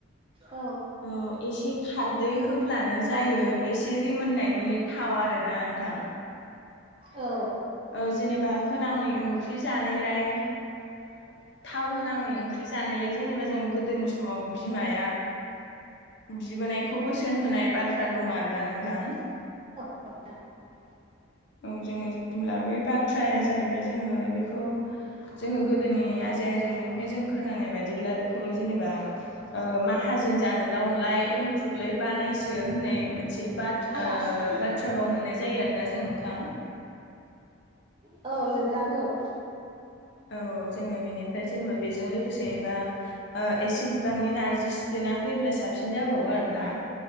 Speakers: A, on the right (about 25°); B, on the left (about 60°).
A: औ
B: ओ एसे खार दै होब्लानो जायो एसे रिमोननायनि थाव आरोना नोंथां।
A: औ।
B: ओ जेनेबा होनाङै ओंख्रि जानायलाय
A: <inaudible>
B: थाव होनाङै ओंख्रि जानायलाय जेनेबा जों गोदोनि समाव बिमाइया बिबोनायखौ बोसोन होनाय बाथ्रा दङ आरोना नोंथां।
A: <unintelligible>
B: औ जोङो जेब्ला बै बाथ्राया जाहैबाय जोङो बेखौ जोङो गोदोनि आजै आजैनिफ्राय जों खोनानाय बादिबा बेखौ जेनेबा ओ माहाजोन जानो अनला एंखुरलै बानायसो होननाय मोनसे बा
A: आलासि
B: ओ बाथ्रा फाव मोननाय जायो आरो। ना जों नोथां।
A: औ नोंथां औ।
B: औ जोङो बेनिफ्राय जेनेबा बेजों लोगोसे बा ओ एसे बिबांनि नारजि सिप्लेना होयोब्ला साबसिन जाबावो आरोना।